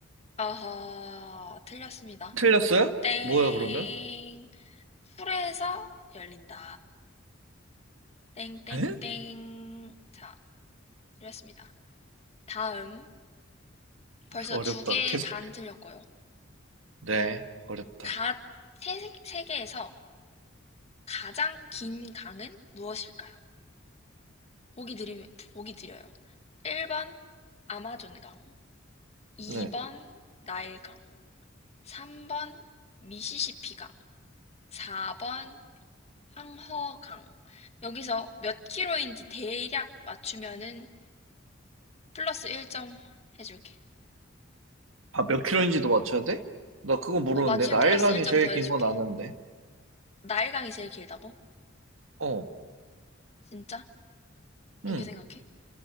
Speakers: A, on the left (about 35°); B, on the right (about 85°).
A: 아하, 틀렸습니다.
B: 틀렸어요?
A: 땡.
B: 뭐예요, 그러면?
A: 풀에서 열린다. 땡땡땡.
B: 에?
A: 자, 틀렸습니다. 다음. 벌써
B: 어렵다.
A: 두 개
B: 계속.
A: 반 틀렸고요.
B: 네, 어렵다.
A: 가, 세, 세- 세 개에서 가장 긴 강은 무엇일까요? 보기 드리, 보기 드려요. 일 번 아마존강, 이
B: 네.
A: 번 나일강, 삼 번 미시시피강, 사 번 황허강. 여기서 몇 킬로인지 대략 맞추면은 플러스 일 점 해줄게.
B: 아, 몇 킬로인지도 맞춰야 돼? 나 그거 모르는데.
A: 어, 맞추면
B: 나일강이
A: 플러스 일 점
B: 제일
A: 더
B: 긴
A: 해줄게.
B: 건 아는데.
A: 나일강이 제일 길다고?
B: 어,
A: 진짜? 그렇게
B: 응,
A: 생각해?